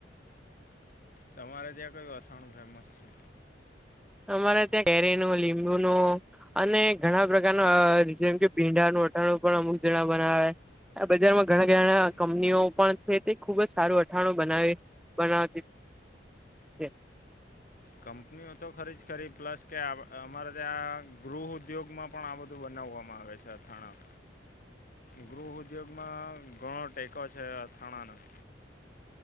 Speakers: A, on the left; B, in the centre.
A: તમારે ત્યાં કયું વસાડ ફેમસ છે.
B: અમારે ત્યાં કેરી નું લીંબુનું અને ઘણા પ્રકારના જેમ કે ભીંડાનું અટાણું પણ અમુક જણા બનાવે હ બજારમાં ઘણા ઘણા
A: હમ
B: કંપનીઓ પણ છે તે ખુબજ સારું અથાણું બનાવે બનાવતી છે.
A: કંપનીઓ તો ખરીજ કરીરી પ્લસ કે આ અમારે ત્યાં ગૃહ ઉદ્યોગમાં પણ આ બધું બનાવવામાં આવે છે અથાણા. ગૃહ ઉદ્યોગમાં ઘણો ટેકો છે અથાણાના